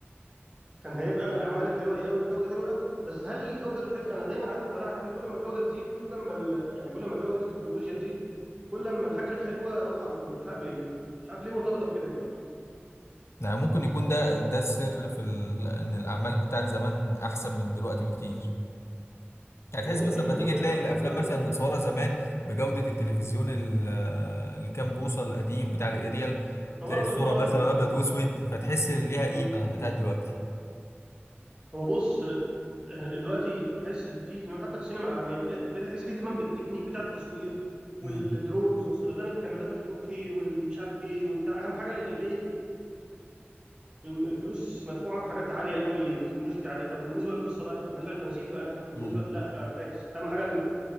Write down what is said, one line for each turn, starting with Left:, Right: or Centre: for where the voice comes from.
Right: كان هيبقى الاعمال الحلوه دي قوي بجوده حلوه قوي بس هل الجوده الحلوه انا دايما عندي قناعه كده كل ما الجوده تزيد كل ما ال... يعني كل ما جوده التكنولوجيا تزيد كل ما الحاجه الحلوه روحها بتروح مش عارف ليه مش عارف ليه مرتبطه بكده يعني
Left: يعني ممكن يكون ده ده السر في ال... ان الأعمال بتاعت زمان أحسن من دلوقتي بكتير. يعني
Right: هو
Left: تحس
Right: ممكن
Left: مثلا
Right: يكون
Left: لما تيجي
Right: الاعمال
Left: تلاقي
Right: بتاعت
Left: الأفلام
Right: دلوقتي
Left: مثلا
Right: وحشه
Left: متصورة زمان بجودة التلفزيون ال... الكام بوصة القديم بتاع الأريال
Right: اتصورت
Left: تلاقي الصورة
Right: تليفون
Left: مثلا
Right: ارضي
Left: أبيض وأسود فتحس إن ليها قيمة
Right: مم.
Left: عن بتاعت دلوقتي.
Right: هو بص دلوقتي بحس ان في اهتمام حتى في السينما العالميه بقى- بتحس في اهتمام بالتكنيك بتاع التصوير والدرونز
Left: امم
Right: واستخدام الكاميرات ال 4K والمش عارف ايه والبتاع اهم حاجه الايه الفلوس مدفوعه في حاجات عاليه قوي في تكنولوجيا عاليه طب وبالنسبه للقصه بقى طب بالنسبه للتمثيل بقى طب بالنسبه
Left: إمم.
Right: لا آه، فاكس اهم حاجه ال-